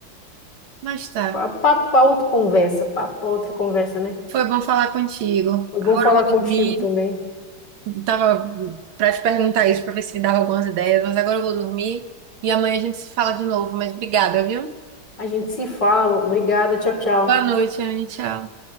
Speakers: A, on the right (about 85°); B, on the left (about 60°).
A: Mas tá,
B: é, papo pra outra conversa, papo pra outra conversa, né?
A: foi bom falar contigo.
B: Foi
A: Agora
B: bom falar
A: eu vou
B: contigo
A: dormir,
B: também.
A: tava para te perguntar isso, para ver se me dava algumas ideias, mas agora eu vou dormir e amanhã a gente se fala de novo, mas obrigada, viu?
B: A gente se fala. Obrigada. Tchau, tchau.
A: Boa noite, Anne, tchau.